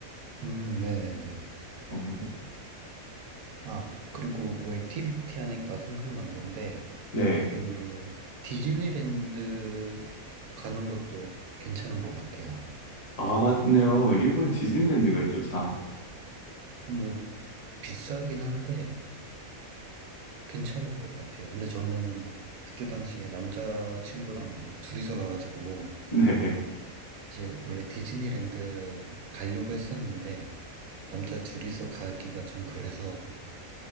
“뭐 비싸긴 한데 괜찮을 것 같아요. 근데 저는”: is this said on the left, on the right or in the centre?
Right